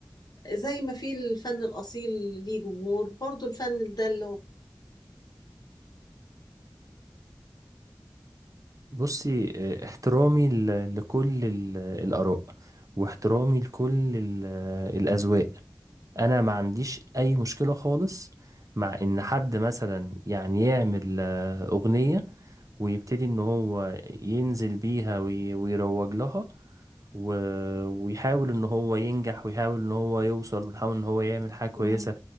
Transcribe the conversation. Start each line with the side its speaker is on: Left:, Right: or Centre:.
Left: زي ما في الفن الأصيل ليه جمهور برضو الفن ده اللي هو
Right: بصي آه، احترامي ل- لكل ال- الآراء واحترامي لكل ال- الأذواق أنا ما عنديش أي مشكلة خالص مع إن حد مثلا يعني يعمل آه، أغنية ويبتدي ان هو ينزل بيها وي- ويروج لها و... ويحاول ان هو ينجح ويحاول ان هو يوصل ويحاول ان هو يعمل حاجة كويسة
Left: مم.